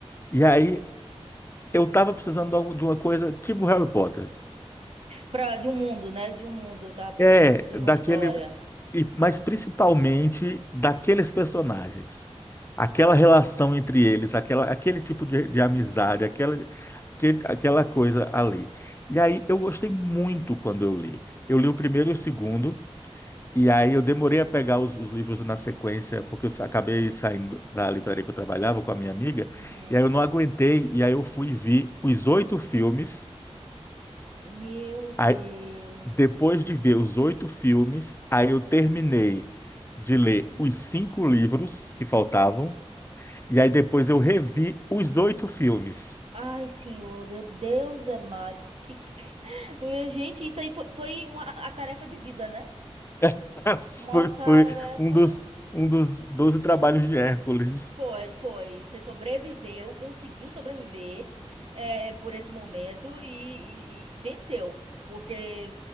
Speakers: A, on the left; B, on the right.
A: E aí eu tava precisando de algum- de uma coisa tipo Harry Potter.
B: Pra, de um mundo, né? De um mundo. Eu tava precisando
A: É,
B: de
A: daquele,
B: uma história.
A: e- mas principalmente daqueles personagens. Aquela relação entre eles, aquela, aquele tipo de, de amizade, aquela, aquele- aquela coisa ali. E aí eu gostei muito quando eu li. Eu li o primeiro e o segundo. E aí eu demorei a pegar os, os livros na sequência, porque eu sa- acabei saindo da livraria que eu trabalhava com a minha amiga,
B: Uhum.
A: e aí eu não aguentei, e aí eu fui ver os oito filmes,
B: Meu Deus.
A: aí depois de ver os oito filmes, aí eu terminei de ler os cinco livros que faltavam, e aí depois eu revi os oito filmes.
B: Ai, senhor, de- Deus é mais. Que, que... tu- <laughs> Eh, Gente, isso aí foi, foi uma, a tarefa de vida, né?
A: <laughs>
B: Uma
A: Foi,
B: tarefa.
A: foi um dos, um dos 12 trabalhos de Hércules.
B: Foi, foi. Você sobreviveu, conseguiu sobreviver é, por esse momento e, e- e venceu. Porque,